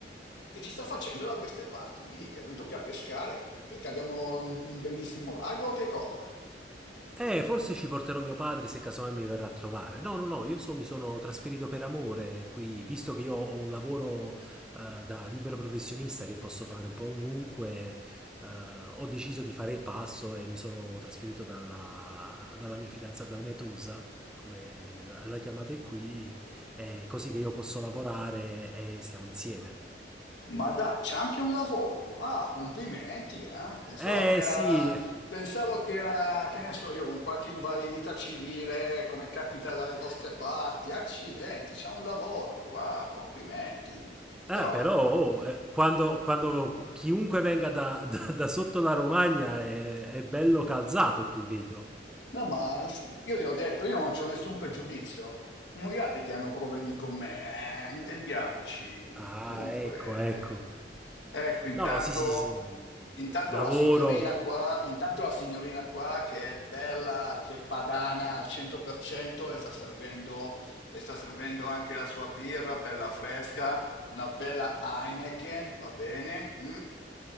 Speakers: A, on the left; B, in the centre.
A: che ci sta facendo da queste parti? Mi dica, è venuto qui a pescare perché abbiamo un, un bellissimo lago o che cosa?
B: Eh, forse ci porterò mio padre se casomai mi verrà a trovare. No, no, no, io so- mi sono trasferito per amore qui, visto che io ho un lavoro eh, da libero professionista che posso fare un po' ovunque, eh, ho deciso di fare il passo e mi sono trasferito dalla, dalla mia fidanzata, dalla mia tosa, come la la chiamate qui, eh, così che io posso lavorare e stiamo insieme.
A: Ma dai, c'è anche un lavoro. Ah, complimenti, eh? Pensavo
B: Eh
A: che era,
B: sì,
A: la- pensavo che era, che ne so io, con qualche invalidità civile, come capita
B: <laughs>
A: dalle vostre parti. Accidenti, c'è un lavoro. Wow, complimenti. Però,
B: Eh, però oh, eh, quando, quando chiunque venga da, da- da sotto la Romagna è, è bello calzato qui, vedo.
A: No, ma io gli ho detto, io non c'ho nessun pregiudizio. Sono gli altri che hanno problemi con me, eh, intendiamoci.
B: Ah,
A: Comunque,
B: ecco, ecco.
A: ecco, intanto,
B: No, sì, sì, sì.
A: intanto
B: Lavoro.
A: la signorina qua, intanto la signorina qua che è bella, che è padana al 100%, le sta servendo, le sta servendo anche la sua birra, bella fresca, una bella Heineken, va bene? mm?